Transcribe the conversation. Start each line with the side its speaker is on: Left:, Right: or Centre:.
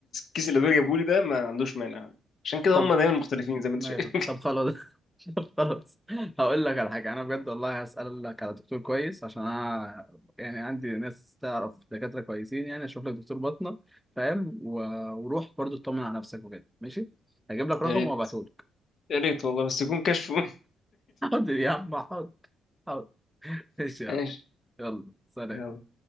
Left: كيس الادويه جابه لي ده ما عندوش مانع عشان كده
Centre: طب
Left: هم دايما مختلفين زي ما انت شايف
Centre: أيوة. طب خلاص <laughs> طب خلاص هقول لك على حاجه انا بجد والله هسالك على دكتور كويس عشان انا يعني عندي ناس تعرف دكاتره كويسين يعني اشوف لك دكتور باطنه فاهم و... وروح برضو اطمن على نفسك وكده ماشي هجيب لك
Left: <laughs>
Centre: رقم
Left: يا ريت
Centre: وابعته لك
Left: يا ريت والله بس يكون كشف <laughs>
Centre: <laughs> حاضر يا عم حاضر حاضر ماشي يا
Left: ماشي
Centre: عم يلا سلام
Left: يلا